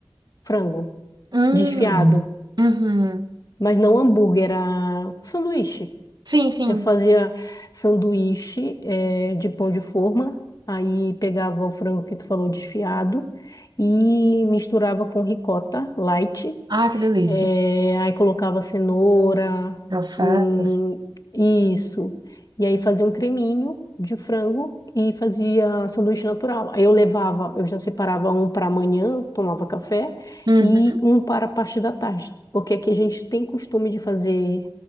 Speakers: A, on the left; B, on the right.
A: frango,
B: Hum.
A: desfiado,
B: Uhum.
A: mas não hambúrguer, era sanduíche.
B: Sim, sim.
A: Eu fazia sanduíche, é, de pão de forma, aí pegava o frango que tu falou desfiado e misturava com ricota light
B: Ah, que delícia.
A: É, aí colocava cenoura,
B: Alface.
A: hum, isso. E aí fazia um creminho de frango e fazia sanduíche natural. Aí eu levava, eu já separava um para amanhã, tomava café,
B: Uhum.
A: e um para a parte da tarde. Porque aqui a gente tem costume de fazer,